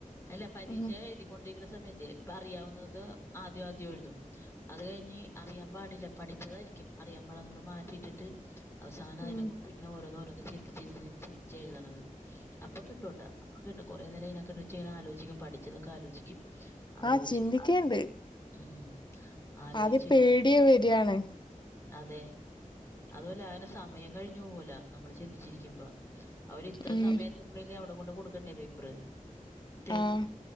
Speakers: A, on the left; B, on the left.
A: അല്ല പരീക്ഷായിരി
B: ഉം
A: കൊണ്ടിരിക്കുന്ന സമയത്ത് ഇപ്പ അറിയാവുന്നതൊക്കെ ആദ്യം ആദ്യം എഴുതും അത് കഴിഞ്ഞ് അറിയാൻ പാടില്ല പഠിച്ചതായിരിക്കും അറിയാ പാടില്ലറ് ഞ്ഞ് മാറ്റി വെച്ചിട്ട് അവസാനം അയിനെ
B: ഉം
A: കൊണ്ട്ങ്ങനെ ഓരോന്ന് ഓരോന്ന് ചിന്തിച്ച് ചിന്തിച്ച് ചിന്തിച്ച് എഴുത്ണത് അപ്പൊ കിട്ടുട്ടൊ അപ്പ കിട്ടു കൊറെ നേരം അയിനെ കുറിച്ച് ങ്ങനെആലോചിക്കും പഠി ച്ചതൊക്കെ ആലോചിക്കും ആലോയിച്ച്
B: ആഹ് ചിന്തിക്കേണ്ട്
A: ഉം ആലോചിച്ച്
B: ആദ്യം പേടി വരാണ്
A: അതെ അതു പോലെ അങ്ങനെ സമയം കഴിഞ്ഞു പോകൂല നമ്മള് ചിന്തിച്ചിരിക്കു മ്പം അവര് ഇത്ര
B: ഉം
A: സമയത്തിനുള്ളില് അവിടെ കൊണ്ട് കൊടുക്കണ്ടേ പേപ്പറ് തീർക്ക
B: ആഹ്